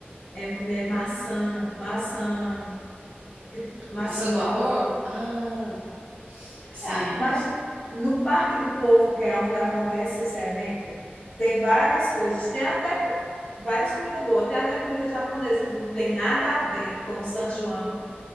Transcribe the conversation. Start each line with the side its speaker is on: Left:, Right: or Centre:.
Left: é, mulher, maçã, maçã, que- maçã
Right: maçã
Left: do
Right: do
Left: amor
Right: amor? Ah, sei.
Left: Ah, Mas no Parque do Povo, que é onde acontece esse evento, tem várias coisas. Tem até co- várias comidas boas. Tem até comida japonesa que não tem nada a ver com o São João,